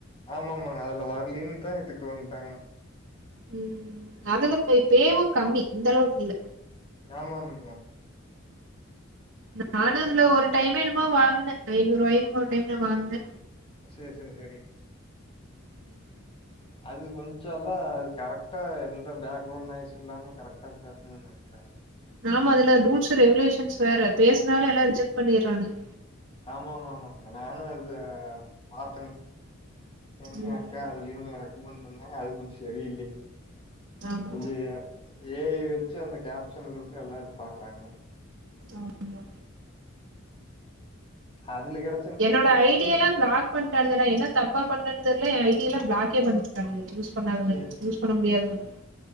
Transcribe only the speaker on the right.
ம் அதுல பே பேவு கம்மி இந்த அளவுக்கு இல்ல
நானு அதுல ஒரு டைமோ என்னோமா வாங்குனே ஐநூற் ரூவாய்னு ஒரு டைம் நா வாங்குனே
<inaudible>
நாம அதுல ரூல்ஸ் ரெகுலேஷன்ஸ் வேற பேசினாலு எல்லா ரிஜெக்ட் பண்ணிறானுங்க
ம்.
ஆமா.
ஆமா
என்னோட ஐ டியலா பிளாக் பண்டானுங்க என்ன தப்பா பண்ணேன் தெர்ல எ ஐ டியலா பிளாக்கே பண்ணிட்டானுங்க யூஸ் பண்ணாதமாரி
யூஸ் பண்ண முடியாதமாரி